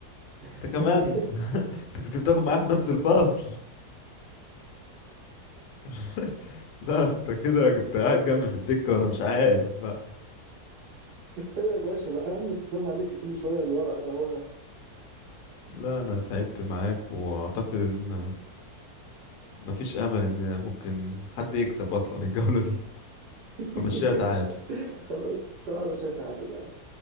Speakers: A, on the right; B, on the left.
A: <laughs>
B: انت كمان <laughs> انت كنت بتاخد معايا في نفس الفصل <laughs> لا انت كده كنت قاعد جنبي في الدكة وانا مش عارف بقى
A: ايوه يا باشا بقى انا اللي كنت فاهم عليك كل شويه الورق ده هو ده
B: لا انا تعبت معاك واعتقد ان مفيش امل ان ممكن حد يكسب اصلا الجولة دي
A: <laughs>
B: فمشيها تعادل
A: خلاص خلاص يا باشا تعادل يا عم